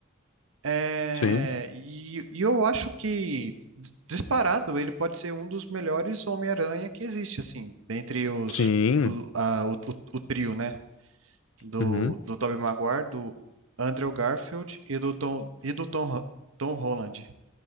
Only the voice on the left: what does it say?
Sim,
sim,
uhum.